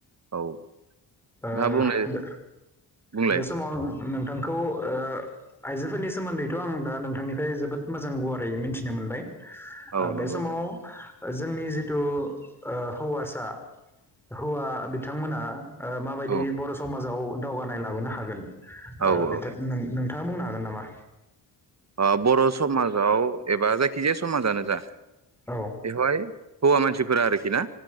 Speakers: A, on the right; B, in the centre.
A: औ नोंथाङा
B: ओ
A: बुंनो बुंलाय
B: बे समाव आं नोंथांखौ ओ आइजोफोरनि सोमोन्दैथ' आं दा नोंथांनिफ्राय जोबोद मोजां गुवारै मिन्थिनो मोनबाय आ
A: औ
B: बे
A: नंगौ
B: समाव
A: नोंथां
B: जोंनि जिथु हौवासा हौवा बिथांमोना ओ माबायदि
A: औ
B: बर' समाजाव दावगानाय लाबोनो हागोन ओ
A: औ
B: बिथां
A: औ
B: नो-नों नोंथाङा बुंनो हागोन नामा
A: ओ बर' समाजाव एबा जायखिजाया समाजानो जा
B: औ
A: बेवहाय हौवा मानसिफोरा आरोखि ना